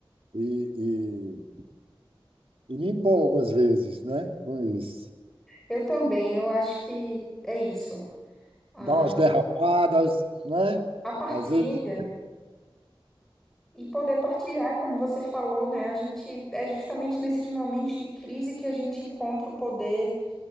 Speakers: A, on the right; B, in the centre.
A: e, e, e me empolgo às vezes, né? Com isso.
B: Eu também, eu acho que é isso. A,
A: Dá umas
B: a,
A: derrapadas, né?
B: a partilha
A: Às vezes,
B: e poder partilhar, como você falou, né? A gente é justamente nesses momentos de crise que a gente encontra o poder